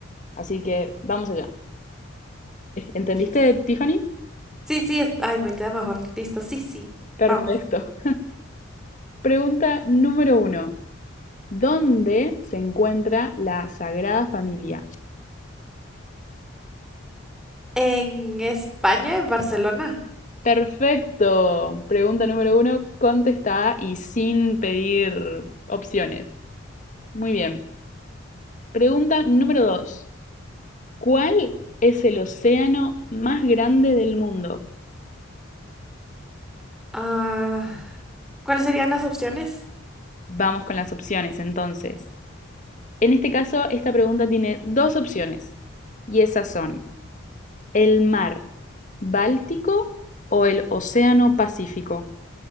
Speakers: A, on the left; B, in the centre.
A: Así que vamos allá. ¿Entendiste,
B: Yes.
A: Tiffany?
B: Sí, sí, es- ay, me queda mejor. Listo, sí, sí,
A: Perfecto.
B: vamos.
A: Pregunta número uno. ¿Dónde se encuentra la Sagrada Familia?
B: En España, en Barcelona.
A: Perfecto. Pregunta número uno, contestada y sin pedir opciones. Muy bien. Pregunta número dos. ¿Cuál es el océano más grande del mundo?
B: Ah. ¿Cuáles serían las opciones?
A: Vamos con las opciones entonces. En este caso, esta pregunta tiene dos opciones y esas son el mar Báltico o el océano Pacífico.